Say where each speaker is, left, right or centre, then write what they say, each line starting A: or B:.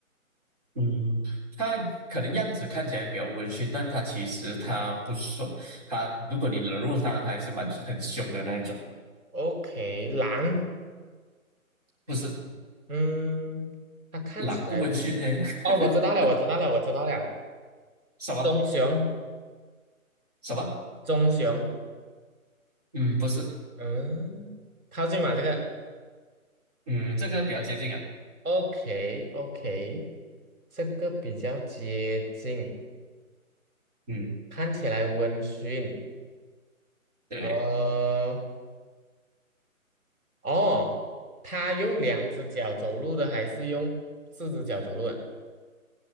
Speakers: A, on the right; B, on the right.
A: 嗯，他可能样子看起来比较温驯，但他其实他不说，他如果你惹怒他，他还是蛮很凶的那一种，
B: OK，狼。
A: 不是
B: 嗯，它看起来无，
A: 狼不温驯呢？<laughs>
B: 哦，我知道了，我知道了，我知道了，
A: 什么
B: 棕熊，
A: 什么？
B: 棕熊，
A: 嗯，不是，
B: 嗯，靠近嘛，这个
A: 嗯，这个比较接近啊，
B: ，OK，OK，这个比较接近，
A: 嗯，
B: 看起来温驯，
A: 对，
B: 呃，哦，它用两只脚走路的还是用四只脚走路的？